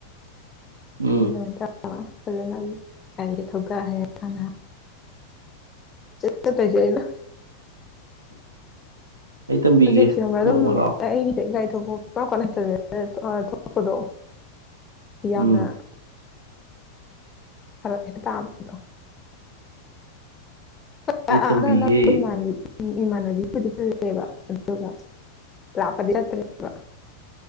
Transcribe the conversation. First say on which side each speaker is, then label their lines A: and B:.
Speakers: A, on the left; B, on the right.
A: <unintelligible>
B: ꯎꯝ
A: <unintelligible> ꯐꯖꯅ ꯑꯩ ꯒꯥꯔꯤꯒ ꯊꯧꯗ ꯍꯥꯟꯅ ꯆꯠꯇꯣꯏꯁꯦ ꯑꯩꯩꯅꯥ
B: ꯑꯩ ꯇꯝꯕꯤꯒꯦ
A: ꯍꯧꯖꯤꯛ ꯁꯤꯒꯨꯝꯕ ꯑꯗꯨꯝ
B: ꯅꯣꯡꯃ ꯂꯥꯛꯑꯣ
A: ꯑꯩꯒꯤ <unintelligible> ꯀꯂꯛꯇ ꯊꯣꯛꯂꯛꯄꯗꯣ ꯌꯥꯝꯅ
B: ꯎꯝ
A: ꯐꯔꯛ ꯍꯦꯛꯇ ꯇꯕꯗꯣ <unintelligible>
B: ꯑꯩ ꯇꯝꯕꯤꯒꯦ
A: ꯎ ꯏꯃꯥꯟꯅꯕꯤꯕꯨꯗꯤ <unintelligible> ꯐꯦꯕ ꯑꯗꯨꯒ ꯂꯥꯞꯄꯗꯤ ꯆꯠꯇ꯭ꯔꯦꯕ